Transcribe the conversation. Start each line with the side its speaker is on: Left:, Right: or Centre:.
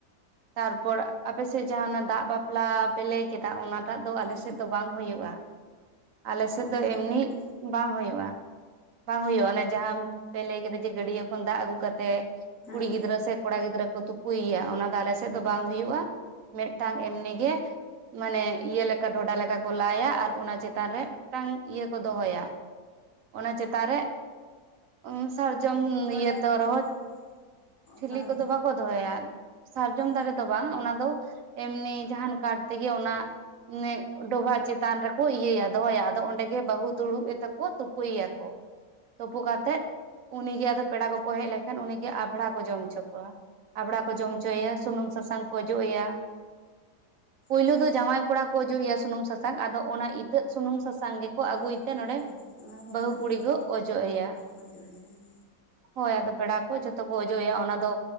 Right: ᱛᱟᱨᱯᱚᱨ ᱟᱯᱮ ᱥᱮᱜ ᱡᱟᱦᱟᱸ ᱚᱱᱟ ᱫᱟᱜ ᱵᱟᱯᱞᱟ ᱯᱮ ᱞᱟᱹᱭ ᱠᱮᱫᱟ ᱚᱱᱟ ᱴᱟᱜ ᱫᱚ ᱟᱞᱮ
Left: ᱦᱳᱭ
Right: ᱥᱮᱜ ᱫᱚ ᱵᱟᱝ ᱦᱩᱭᱩᱜᱼᱟ᱾ ᱟᱞᱮ
Left: ᱫᱟᱜ
Right: ᱥᱮᱜ
Left: ᱵᱟᱯᱞᱟ
Right: ᱫᱚ ᱮᱢᱱᱤ
Left: ᱫᱚ
Right: ᱵᱟᱝ ᱦᱩᱭᱩᱜᱼᱟ ᱵᱟᱝ ᱦᱩᱭᱩᱜᱼᱟ ᱚᱱᱮ ᱡᱟᱦᱟᱸᱢ ᱯᱮ ᱞᱟᱹᱭ ᱠᱮᱫᱟ ᱡᱮ ᱜᱟᱹᱰᱭᱟᱹ ᱠᱷᱚᱱ ᱫᱟᱜ ᱟᱹᱜᱩ ᱠᱟᱛᱮᱜ,
Left: ᱦᱮᱸ
Right: ᱠᱩᱲᱤ ᱜᱤᱫᱽᱨᱟᱹ ᱥᱮ ᱠᱚᱲᱟ ᱜᱤᱫᱽᱨᱟᱹ ᱠᱚ ᱛᱩᱯᱩᱭ ᱭᱟ ᱚᱱᱟ ᱫᱚ ᱟᱞᱮ ᱥᱮᱜ ᱫᱚ ᱵᱟᱝ ᱦᱩᱭᱩᱜᱼᱟ᱾ ᱢᱤᱜᱴᱟᱝ ᱮᱢᱱᱤ ᱜᱮ ᱢᱟᱱᱮ ᱤᱭᱟᱹ ᱞᱮᱠᱟ ᱰᱷᱚᱰᱟ ᱞᱮᱠᱟ ᱠᱚ ᱞᱟᱭᱟ ᱟᱨ ᱚᱱᱟ ᱪᱮᱛᱟᱱ ᱨᱮ, ᱟᱝ ᱤᱭᱟᱹ ᱠᱚ ᱫᱚᱦᱚᱭᱟ ᱚᱱᱟ ᱪᱮᱛᱟᱱ ᱨᱮ, ᱩᱸᱻ ᱥᱟᱨᱡᱚᱢ
Left: ᱦᱮᱸ ᱵᱟᱨᱭᱟ
Right: ᱤᱭᱟᱹ ᱛᱚᱨᱚᱡ
Left: ᱴᱷᱤᱞ ᱞᱮᱠᱟ
Right: ᱪᱷᱤᱞᱤ
Left: ᱫᱟᱨᱮ
Right: ᱠᱚᱫᱚ ᱵᱟᱠᱚ ᱫᱚᱦᱚᱭᱟ ᱥᱟᱨᱡᱚᱢ
Left: ᱚ
Right: ᱫᱟᱨᱮ ᱫᱚ ᱵᱟᱝ ᱚᱱᱟ ᱫᱚ, ᱮᱢᱱᱤ ᱡᱟᱦᱟᱸᱱ ᱠᱟᱰ ᱛᱮᱜᱮ ᱚᱱᱟ ᱱᱮᱜ ᱰᱚᱵᱷᱟᱜ ᱪᱮᱛᱟᱱ ᱨᱮᱠᱚ ᱤᱭᱟᱹᱭᱟ ᱫᱚᱦᱚᱭᱟ᱾ ᱛᱚ ᱚᱸᱰᱮ ᱜᱮ ᱵᱟᱹᱦᱩ ᱫᱩᱲᱩᱵ ᱮ ᱛᱟᱠᱚ ᱛᱳᱯᱳᱭ ᱟᱠᱚ ᱛᱳᱯᱳ ᱠᱟᱛᱮᱜ ᱩᱱᱤ ᱜᱮ ᱟᱫᱚ ᱯᱮᱲᱟ ᱠᱚᱠᱚ ᱦᱮᱡ ᱞᱮᱠᱷᱟᱱ ᱩᱱᱤ ᱜᱮ ᱟᱵᱷᱲᱟ ᱠᱚ ᱡᱚᱢ ᱚᱪᱚ ᱠᱚᱣᱟ᱾ ᱟᱵᱷᱲᱟ ᱠᱚ ᱡᱚᱢ ᱦᱚᱪᱭᱟ ᱥᱩᱱᱩᱢ ᱥᱟᱥᱟᱝ ᱠᱚ ᱚᱡᱚᱜ ᱟᱭᱟ᱾ ᱯᱩᱭᱞᱩ
Left: ᱦᱮᱸ
Right: ᱫᱚ ᱡᱟᱶᱟᱭ ᱠᱚᱲᱟ ᱠᱚ ᱚᱡᱩᱜ ᱮᱭᱟ ᱥᱩᱱᱩᱢ ᱥᱟᱥᱟᱝ ᱟᱫᱚ ᱚᱱᱟ ᱤᱛᱟᱹᱫ ᱥᱩᱱᱩᱢ ᱥᱟᱥᱟᱝ ᱜᱮ ᱠᱚ ᱟᱜᱩᱭ
Left: ᱦᱳᱭ ᱦᱮᱸ
Right: ᱛᱮ ᱱᱚᱸᱰᱮ
Left: ᱦᱮᱸ ᱚᱱᱟ ᱫᱚ
Right: ᱵᱟᱹᱦᱩ
Left: ᱢᱮᱱᱟᱜ
Right: ᱠᱩᱲᱤ
Left: ᱜᱮᱭᱟ
Right: ᱠᱚ ᱚᱡᱚᱜ ᱮᱭᱟ
Left: ᱚᱡᱚᱜ ᱟᱭᱟ ᱦᱮᱸ
Right: ᱾ ᱦᱳᱭ ᱟᱫᱚ ᱯᱮᱲᱟ ᱠᱚ ᱡᱚᱛᱚ ᱠᱚ ᱚᱡᱚᱜ ᱮᱭᱟ ᱚᱱᱟ ᱫᱚ